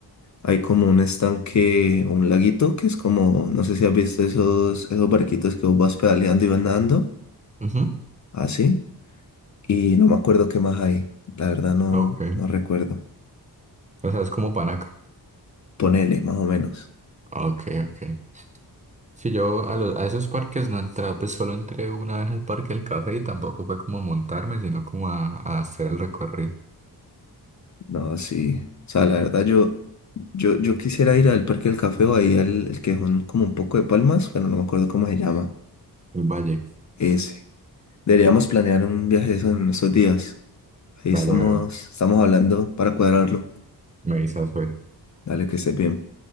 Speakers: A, on the left; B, on the right.
A: Hay como un estanque o un laguito que es como, no sé si has visto esos, esos barquitos que vos vas pedaleando y van nadando,
B: ujú,
A: así. Y no me acuerdo qué más hay, la verdad no,
B: Ok.
A: no recuerdo.
B: O sea, es como Panaca.
A: Ponele, más o menos.
B: Ok, ok. si yo a, lo- a esos parques no he entrado, pues solo entré una vez al parque del café y tampoco fue como a montarme, sino como a, a hacer el recorrido,
A: No, sí. O sea, la verdad yo, yo, yo quisiera ir al Parque del Café o ahí al el que son como un poco de palmas, bueno, no me acuerdo cómo se llama.
B: el valle.
A: Ese. Deberíamos planear un viaje de esos en esos días. Ahí
B: Dale,
A: estamos,
B: bro.
A: estamos hablando para cuadrarlo.
B: Me avisas, pues.
A: Dale, que estés bien.